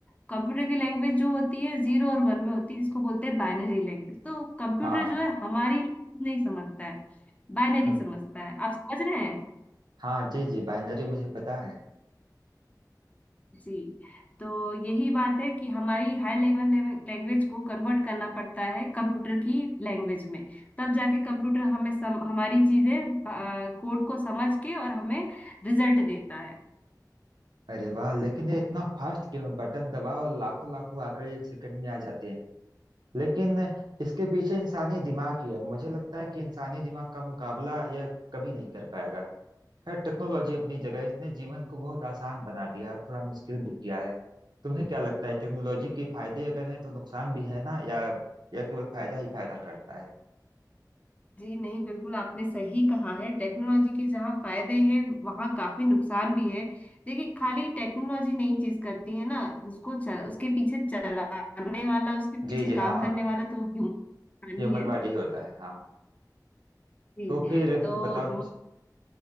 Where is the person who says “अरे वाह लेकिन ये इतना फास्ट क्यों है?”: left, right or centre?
Right